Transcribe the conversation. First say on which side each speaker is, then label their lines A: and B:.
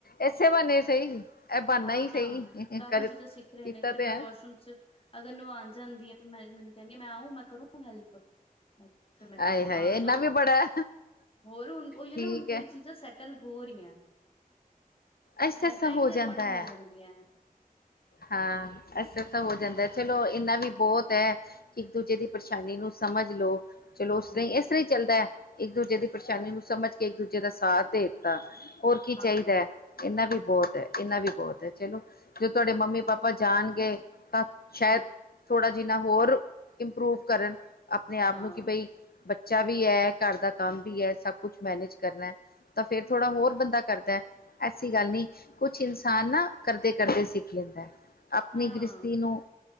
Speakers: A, on the left (about 85°); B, on the left (about 40°).
A: ਇਸੇ ਬਹਾਨੇ ਸਹੀ ਇਹ ਬਹਾਨਾ
B: ਹਾ,
A: ਹੀ ਸਹੀ
B: ਹਾਂ ਕਾਫ਼ੀ
A: ਕਰ
B: ਚੀਜ਼ਾਂ ਸਿੱਖ ਰਹੇ
A: ਕੀਤਾ
B: ਨੇ ਫਿਰ
A: ਤੇ
B: ਮੈਂ
A: ਹੈ
B: ਵਾਸ਼ਰੂਮ ਚ ਅਗਰ ਨਵਾਉਣ ਜਾਂਦੀ ਆ, ਫਿਰ ਮੈਂ ਮੈਨੂੰ ਕਹਿਦੀ ਮੈਂ ਆਊਂ ਮੈਂ ਕਰੂੰ ਹੈਲਪ ਅਛਾ, ਮੈਂ ਕਹਿੰਦੀ
A: ਹਾਏ
B: ਹਾਂ
A: ਹਾਏ
B: ਆ
A: ਇੰਨਾ
B: ਜਾਓ,
A: ਵੀ ਬੜਾ
B: ਹੋਰ ਹੁਣ ਉਹੀ
A: ਠੀਕ
B: ਨਾ ਹੁਣ ਥੋੜੀ
A: ਹੈ
B: ਚੀਜ਼ਾਂ ਸੈੱਟ ਚੱਲ ਹੋ ਰਹੀਆਂ।
A: ਅੱਛਾ, ਅੱਛਾ
B: ਟਾਈਮ
A: ਹੋ
B: ਦੇ ਅਕੋਰਡਿੰਗ
A: ਜਾਂਦਾ। ਹੈ
B: ਹੋ ਜਾਂਦੀ ਹੈ।
A: ਹਾਂ ਐਸਾ ਤਾ ਹੋ ਜਾਂਦਾ ਚਲੋ, ਇੰਨਾ ਵੀ ਬਹੁਤ ਹੈ। ਇੱਕ ਦੂਜੇ ਦੀ ਪਰੇਸ਼ਾਨੀ ਨੂੰ ਸਮਝ ਲਓ। ਚਲੋ ਉਸ
B: ਹਮ
A: ਤਰ੍ਹਾਂ ਹੀ ਇਸ ਤਰ੍ਹਾਂ ਹੀ ਚੱਲਦਾ ਹੈ, ਇੱਕ ਦੂਜੇ ਦੀ ਪਰੇਸ਼ਾਨੀ ਨੂੰ ਸਮਝ ਕੇ ਇੱਕ ਦੂਜੇ ਦਾ ਸਾਥ ਦੇ ਆ ਹੋਰ ਕੀ
B: ਹਾਂ
A: ਚਾਹੀਦਾ ਹੈ। ਇਹਨਾ ਵੀ ਬਹੁਤ ਹੈ, ਇਹਨਾ ਵੀ ਬਹੁਤ ਹੈ ਚਲੋ ਜਦੋ ਤੁਹਾਡੇ ਮੰਮੀ ਪਾਪਾ ਜਾਣਗੇ ਤਾਂ ਸ਼ਾਇਦ
B: ਹਮ
A: ਥੋੜ੍ਹਾ ਜਿਨਾ ਹੋਰ ਇੰਪਰੂਵ ਕਰਨ ਆਪਣੇ ਆਪ
B: ਹਾਂ
A: ਨੂੰ ਕਿ ਬਈ ਬੱਚਾ ਵੀ ਹੈ, ਘਰ ਦਾ ਕੰਮ ਵੀ ਹੈ, ਸਭ ਕੁਛ ਮੈਨੇਜ ਕਰਨਾ। ਤਾਂ ਫੇਰ ਥੋੜਾ ਹੋਰ ਬੰਦਾ ਕਰਦਾ। ਐਸੀ ਗੱਲ ਨਹੀ ਕੁਛ ਇਨਸਾਨ ਨਾ ਕਰਦੇ ਕਰਦੇ ਸਿੱਖ ਲੈਂਦਾ। ਆਪਣੀ
B: ਹਾਂ
A: ਗ੍ਰਿਸਤੀ ਨੂੰ